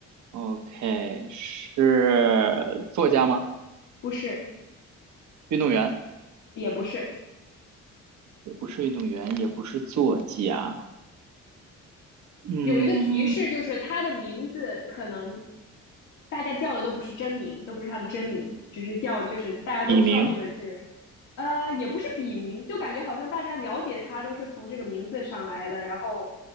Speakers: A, on the right; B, on the left.
A: OK，是作家吗？
B: 不是，
A: 运动员，
B: 也不是，
A: 也不是运动员，也不是作家。嗯，
B: 有一个提示，就是他的名字可能大家叫的都不是真名，都不是他的真名，只是叫就是大家都知道这个这个人，
A: 笔名
B: 呃，也不是笔名，就感觉好像大家了解他都是从这个名字上来的，然后